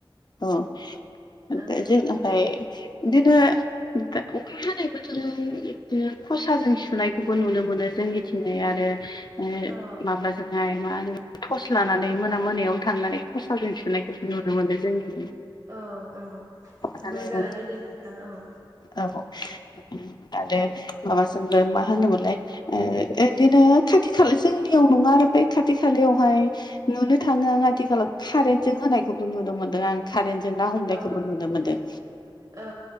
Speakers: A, on the left; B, on the right.
A: अ ओ
B: औ
A: दा जों ओमफाय बिदिनो दा अखा हानाय बोथोराव जों बिदिनो खसाजों सुनायखौबो नुनो मोनो जोंनि थिनाय आरो ओ
B: औ
A: माबाज जोंहाय मा होनो थस लानानै मोना मोनायाव थांनानै खसाजों थुनायखौसो नुनो मोनो जोंनि
B: औ औ
A: आरो
B: मोजाङानो दे नोंथां औ
A: औ उम आरो माबासोंबो मा होनोमोनलाय ओ ओदैनो खाथि खाला जोंनियाव नङा आरो बे खाथि खालायावहाय नुनो थाङो आं आथिखालाव खारेन्टजों होनायखौबो नुनो मोन ओ आं खारेन्टजों ना हमनायखौबो
B: औ
A: नुनो मोनदों।
B: औ